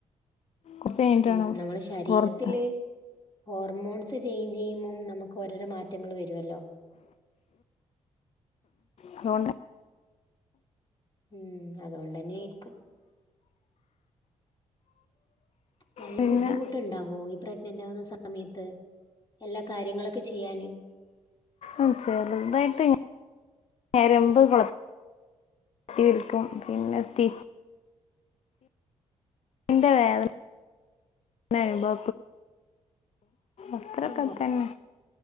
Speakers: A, on the left; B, on the left.
A: കുറച്ച് കഴിഞ്ഞിട്ട്
B: ഉം
A: വേണം
B: നമ്മളെ ശരീരത്തില്
A: പുറത്ത്
B: ഹോർമോൺസ് ചേഞ്ച് ചെയ്യുമ്പോം നമുക്ക് ഓരോരോ മാറ്റങ്ങള് വരുമല്ലോ
A: അതുകൊണ്ട്
B: ഉം അതുകൊണ്ടന്നെയായിരിക്കും നല്ല
A: പിന്നെ
B: ബുദ്ധിമുട്ടുണ്ടാവോ ഈ പ്രഗ നന്റ് ആവുന്ന സമയത്ത് എല്ലാ കാര്യങ്ങളൊക്കെ ചെയ്യാന്
A: ആഹ് ചെറുതായിട്ട് ഇങ്ങ ഞരമ്പ് കൊള തീർക്കും പിന്നെ സ്റ്റി എന്റെ വേദ ന വരുമ്പോ അത്രയൊക്കെത്തന്നെ
B: ഓ